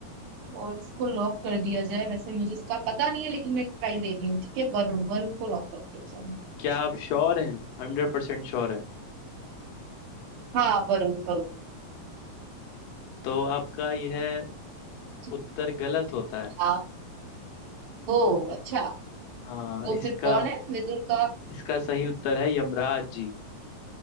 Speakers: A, on the right; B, on the left.
A: और इसको लॉक कर दिया जाए वैसे मुझे इसका पता नहीं है लेकिन मैं ट्राई दे रही हूँ ठीक है वरुण वरुण को लॉक कर दिया जाए
B: क्या आप श्योर हैं हंड्रेड परसेंट श्योर है
A: हाँ वरुण वरुण
B: तो आपका यह
A: ठीक
B: उत्तर गलत होता है
A: हाँ ओ अच्छा
B: हाँ
A: तो
B: इसका
A: फिर कौन है विदुर का
B: इसका सही उत्तर है यमराज जी